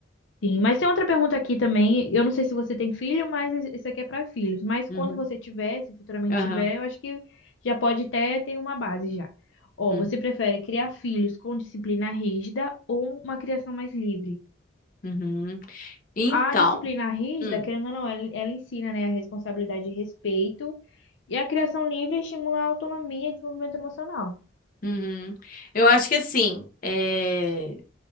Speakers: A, on the left; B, on the left.
A: Sim, mas tem outra pergunta aqui também. Eu não sei se você tem filho, mas es- isso aqui é para filhos. Mas
B: Uhum,
A: quando você tiver, se futuramente
B: aham,
A: tiver, eu acho que já pode até ter uma base já. Ó,
B: hum,
A: você prefere criar filhos com disciplina rígida ou uma criação mais livre?
B: uhum. Então.
A: A disciplina rígida,
B: hum.
A: querendo ou não, ela, ela ensina, né, a responsabilidade e respeito. E a criação livre estimula a autonomia e desenvolvimento emocional.
B: Uhum. Eu acho que assim, é...